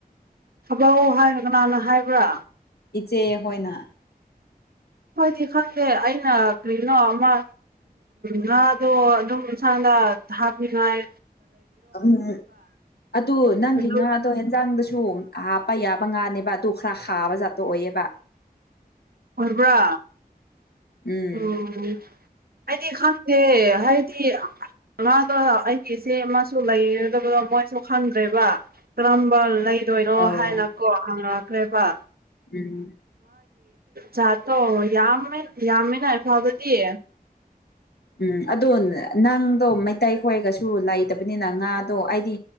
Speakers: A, on the right; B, on the left.
A: ꯊꯕꯧ ꯍꯥꯏꯔ ꯀꯅꯥꯅ ꯍꯥꯏꯕ꯭ꯔꯥ
B: ꯏꯆꯦ ꯑꯩꯈꯣꯏꯅ
A: ꯍꯣꯏꯗꯤ ꯈꯪꯗꯦ ꯑꯩꯅ ꯀꯩꯅꯣ ꯑꯃ ꯉꯥꯗꯣ ꯑꯗꯨꯝ ꯏꯁꯥꯅ ꯊꯥꯄꯤꯉꯥꯏ
B: ꯎꯝ ꯑꯗꯨ ꯅꯪꯒꯤ
A: ꯑꯗꯨ
B: ꯉꯥꯗꯣ ꯌꯦꯟꯖꯥꯡꯗꯁꯨ ꯍꯥꯞꯄ ꯌꯥꯕ ꯉꯥꯅꯦꯕ ꯗꯣꯈ꯭ꯔꯥ ꯈꯕꯖꯥꯠꯇꯣꯛ ꯑꯣꯌꯦꯕ
A: ꯑꯣꯏ ꯄꯨꯔꯥ
B: ꯎꯝ
A: ꯑ ꯑꯩꯗꯤ ꯈꯪꯗꯦ ꯍꯥꯏꯗꯤ ꯃꯥꯗꯣ ꯑꯩꯒꯤ ꯏꯆꯦ ꯑꯃꯁꯁꯨ ꯂꯩꯒꯗꯕꯗꯣ ꯃꯣꯏꯁꯨ ꯈꯪꯗ꯭ꯔꯦꯕ ꯀꯔꯝꯕ ꯂꯩ ꯗꯣꯏꯔꯣ
B: ꯑꯧ
A: ꯍꯥꯏꯅ ꯀꯣ ꯍꯪꯉꯛꯦ ꯀ꯭ꯦꯄꯥ
B: ꯎꯝ
A: ꯌꯥꯗꯣ ꯌꯥꯝ ꯌꯥ ꯐꯕꯗꯤ
B: ꯎꯝ ꯑꯗꯣ ꯅꯪꯗꯣ ꯃꯩꯇꯩ ꯈꯣꯏꯒꯁꯨ ꯂꯩꯇꯕꯅꯤꯅ ꯉꯥꯗꯣ ꯍꯥꯏꯗꯤ